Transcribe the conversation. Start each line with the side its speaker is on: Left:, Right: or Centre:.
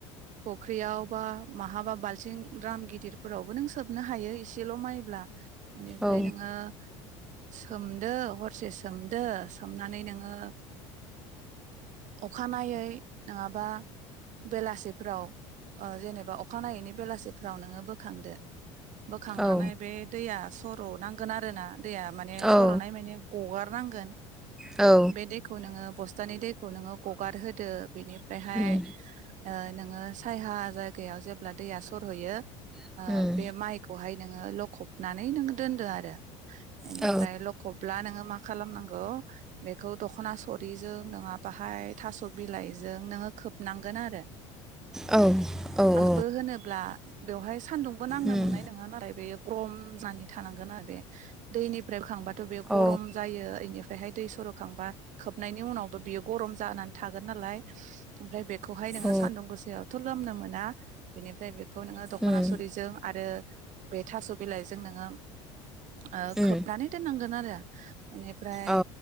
Right: फुख्रियाव बा माहाबा बालथिं द्राम गिदिर फोरावबो नों सोबनो हायो एसेल' माइब्ला बेनिफ्राय
Centre: औ
Right: नोङो सोमदो हर से सोमदो सोमनानै नोङो अखानायै नङाबा बेलासिफोराव ओ जेनेबा अखानायैनि बेलासिफोराव नोङो बो खांदो बोखांनानै
Centre: औ
Right: बे दैया सर'नांगोन आरो ना दैया माने
Centre: औ
Right: सर'नाय माने गगार हारनांगोन
Centre: औ औ
Right: बे दैखौ नोङो बस्थानि दै खौ नोङो गगार होदो बेनिफ्राय ओमफ्रायहाय
Centre: उम
Right: ओ नोङो सायहा जायगायाव जेब्ला दैया सरहैयो
Centre: उम
Right: बे माइखौहाय नोङो लखबनानै नोङ दोनदो आरो बेनिफ्राय
Centre: औ
Right: लखबब्ला नोङो मा खालामनांगौ बेखौ दखना सरिजों नङा बाहाय थास बिलाइजों नोङो खोबनांगोन आरो
Centre: औ औ औ
Right: बो होनोब्ला बेवहाय सान्दुं बो नांनो
Centre: उम
Right: मोन्नाय नङा नालाय बे गरम जानि थानांगोन आरो बे दैनिफ्राय बोखांबा थ बे गरम
Centre: औ
Right: जायो बेनिफ्रायहाय दै सरखांबा खोबनायनि उनावबो बियो गरम जानानै थागोन नालाय ओमफ्राय बे खौहाय नोङो
Centre: औ
Right: सानदुं गोसायाव खुलोमनो मोना बेनिफ्राय बेखौ नोङो द खनासुरिजों
Centre: उम
Right: आरो बे थास बिलाइजों नोङो ओ
Centre: उम
Right: खोबनानै दोननांगोन आरो एनिफ्राय
Centre: औ